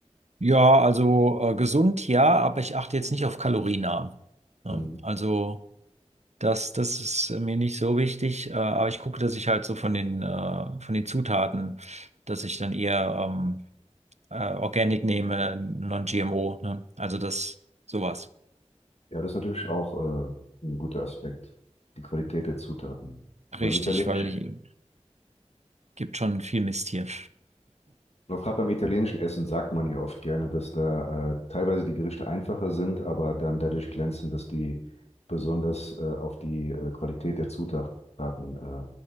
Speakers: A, on the right; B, on the left.
A: Ja, also äh, gesund, ja, aber ich achte jetzt nicht auf Kalorienarm. Ja,
B: Mhm.
A: also das, das ist mir nicht so wichtig, äh, aber ich gucke, dass ich halt so von den, äh, von den Zutaten, dass ich dann eher ähm, äh, Organic nehme, Non-GMO, ne? Also das, sowas.
B: Ja, das ist natürlich auch äh, ein guter Aspekt, die Qualität der Zutaten. Beim
A: Richtig,
B: italienischen,
A: weil hier gibt schon viel Mist hier.
B: noch gerade beim italienischen Essen sagt man ja oft gerne, dass da äh, teilweise die Gerichte einfacher sind, aber dann dadurch glänzen, dass die besonders äh, auf die äh, Qualität der Zutaten äh,